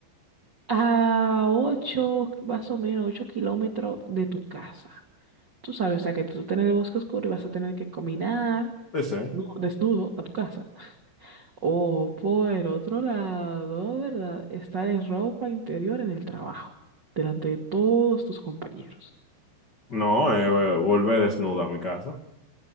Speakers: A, on the right (about 40°); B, on the left (about 90°).
A: a 8 más o menos 8 kilómetros de tu casa. Tú sabes, o sea, que tú estás en el bosque oscuro y vas a tener que caminar,
B: Sí, sí.
A: no, desnudo a tu casa. O por el otro lado, ¿verdad? Estar en ropa interior en el trabajo, delante de todos tus compañeros.
B: No, eh, volver desnudo a mi casa.